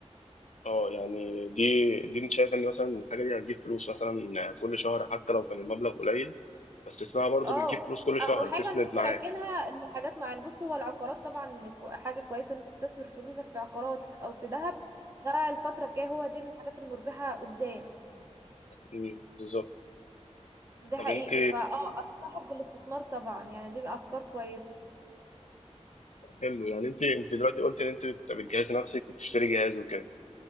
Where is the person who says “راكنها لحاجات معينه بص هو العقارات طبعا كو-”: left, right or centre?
Right